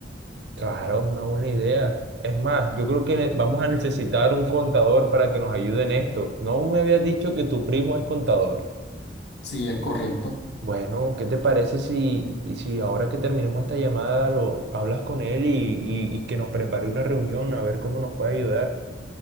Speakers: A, on the right (about 65°); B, on the left (about 65°).
A: Claro, es una buena idea. Es más, yo creo que ne- vamos a necesitar un contador para que nos ayude en esto. ¿No me habías dicho que tu primo es contador?
B: Sí, es correcto.
A: Bueno, ¿qué te parece si, y si ahora que terminemos esta llamada lo hablas con él y, y- y que nos prepare una reunión a ver cómo nos puede ayudar?